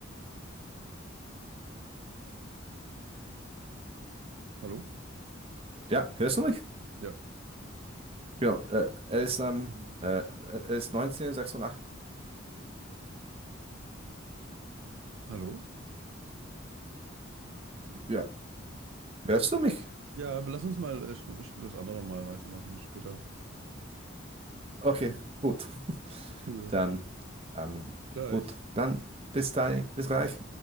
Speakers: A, on the right; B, on the right.
A: Hallo?
B: ja, hörst du mich?
A: Ja.
B: Ja, äh, er ist, ähm, äh, er ist 1986.
A: Hallo?
B: Ja, hörst du mich?
A: Ja, aber lass uns mal äh, sch- sch- das andere Mal weitermachen später.
B: Okay, gut. <laughs>
A: Cool.
B: Dann, dann,
A: Bis gleich.
B: gut. Dann bis dahin, bis gleich.